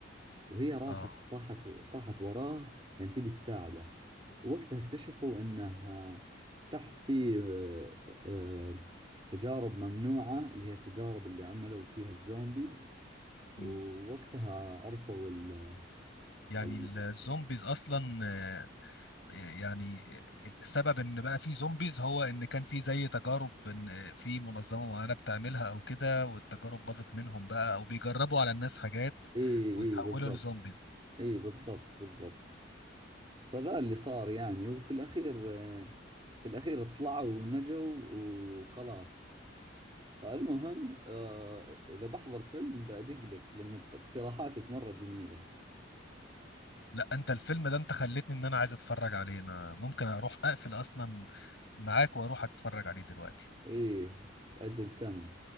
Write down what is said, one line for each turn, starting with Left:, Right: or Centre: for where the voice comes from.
Right: وهي راحت
Left: آه
Right: طاحت طاحت وراه لأن تبي تساعده ووقتها اكتشفوا انه آه، تحت في آه، آه، تجارب ممنوعة اللي هي التجارب اللي عملوا فيها الزومبيز
Left: مم.
Right: ووقتها عرفوا ال
Left: يعني
Right: ال
Left: الزومبيز أصلا يعني السبب ان بقى في زومبيز هو ان كان في زي تجارب ان في منظمه معينه بتعملها او كده والتجارب باظت منهم بقى او بيجربوا على الناس حاجات
Right: اي
Left: وتحولوا
Right: اي بالضبط
Left: لزومبيز
Right: اي بالضبط بالضبط فذا اللي صار يعني وفي الأخير آه، في الأخير طلعوا ونجوا وخلاص فالمهم آه إذا بحضر فيلم بأدق لك لأن اقتراحاتك مرة جميلة
Left: لا انت الفيلم ده انت خلتني ان انا عايز اتفرج عليه انا ممكن اروح اقفل اصلا معاك واروح اتفرج عليه دلوقتي
Right: إيه أجل تم